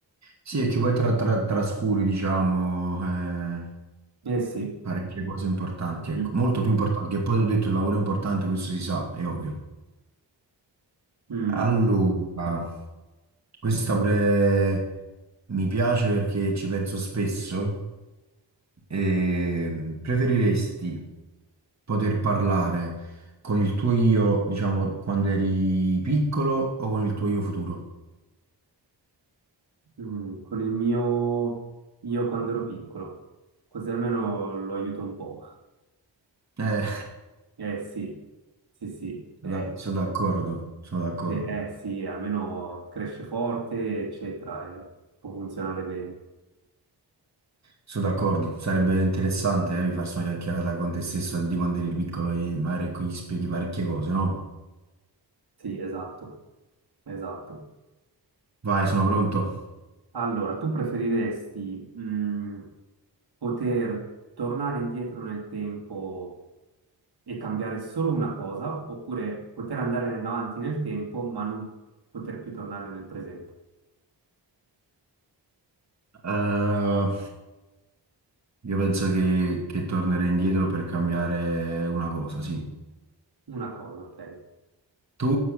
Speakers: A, on the right; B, on the right.
A: Sì, e che poi tra- tra- trascuri, diciamo, eh,
B: Eh sì,
A: parecchie cose importanti,
B: Mm,
A: ecco, molto più importanti, che poi ho detto il lavoro è importante, questo si sa, è ovvio.
B: mm,
A: Allora, Questa pure mi piace perché ci penso spesso. E mm, preferiresti poter parlare con il tuo io, diciamo, quando eri piccolo o con il tuo io futuro?
B: mm, con il mio, io quando ero piccolo, così almeno lo aiuto un po'.
A: Eh,
B: Eh sì, sì, sì,
A: <laughs>
B: eh,
A: sono da- sono d'accordo, sono d'accordo.
B: eh, eh, sì, almeno cresce forte, eccetera, e può funzionare bene.
A: Sono d'accordo, sarebbe interessante eh, farsi una chiacchierata con te stesso di quando eri piccolo e magari ecco, gli spieghi parecchie cose, no?
B: Sì, esatto, esatto.
A: Vai, sono pronto.
B: Allora, tu preferiresti mh, poter tornare indietro nel tempo e cambiare solo una cosa, oppure poter andare in avanti nel tempo ma non poter più tornare nel presente?
A: Eh, Io penso che, che tornerei indietro per cambiare una cosa, sì.
B: Una cosa, ok.
A: Tu?